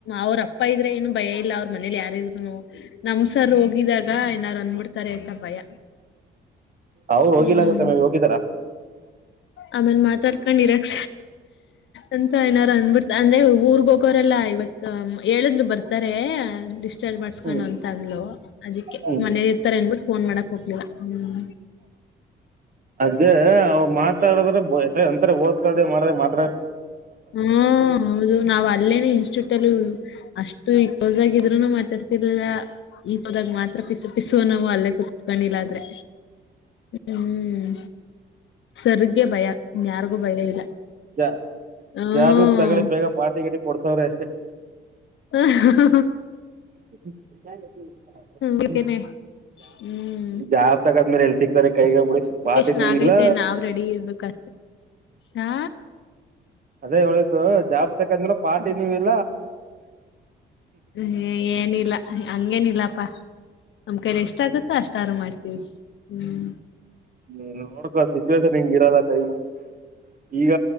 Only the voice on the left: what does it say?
ಅವ್ರಪ್ಪ ಇದ್ರೆ ಏನು ಭಯ ಇಲ್ಲ ಅವ್ರರು ಮನೇಲಿ ಯಾರಿದ್ರುನು ನಮ್ಸರ್ ಹೋಗಿದಾಗ ಏನಾರ ಅಂದ್ಬಿಡ್ತಾರೆ ಅಂತ ಭಯ
ಹ್ಮ್
ಆಮೇಲೆ ಮಾತಾಡ್ಕೊಂಡ್ ಇರಕ್ ಅಂತ ಏನಾರ ಅಂದ್ಬಿಡ್ತ ಅಂದ್ರೆ ಉರಗ ಹೋಗೋರೆಲ್ಲ ಇವತ್ ಹೇಳಿದ್ಲು ಬರ್ತ ತಾರೆ ಡಿಸ್ಚಾರ್ಜ್ ಮಾಡ್ಸ್ಕೊಂಡ್
ಅಂತ ಅಂದ್ಲು ಅದಕ್ಕೆ
ಮನೇಲಿ ಇರ್ತಾರೆ ಅನ್ಬಿಟ್ಟು. ಫೋನ್ ಮಾಡಕ್ ಹೋಗ್ಲಿಲ್ಲ ಹ್ಮ
ಹ್ಮ ಹೌದು ನಾವ್ ಅಲ್ಲೇನೆ ಇನ್ಸ್ಟ್ಯೂಟ್ಲ್ಲೂ ಅಷ್ಟು ಈ ಕ್ಲೋಸಾಗಿ ಇದ್ರುನು ಮಾತಾಡ್ತಿರ್ಲಿಲ್ಲ ಈಗೋದಾಗ ಮಾತ ಪಿಸ ಪೀಸ್ ನಾವು ಅಲ್ಲೇ ಕುೂತ್ಕೊಂಡಿಲ್ಲ ಆದ್ರೆ ಹ್ಮ್ ಸರ್ಗೆ ಭಯ ಇನ್ ಯಾರಿಗೂ ಭಯ ಇಲ್ಲ
ಹ್ಮ್
ಹ ಹ
ಅದಕ್ಕೇನೆ ಹ್ಮ್
ಷ್ಟನ್
ಆಾಗೈತೆ
ನಾವ್ ರೆಡಿ ಇರ್ಬೇಕಷ್ಟೆ ಹ.
ಹು ಏನಿಲ್ಲ ಹಂಗೇನಿಲ್ಲಪ್ಪಾ ನಮ್ ಕೈಲಿ ಎಷ್ಟ ಆಗುತ್ತೋ ಅಷ್ಟಾರು ಮಾಡ್ತೀವಿ ಹ್ಮ್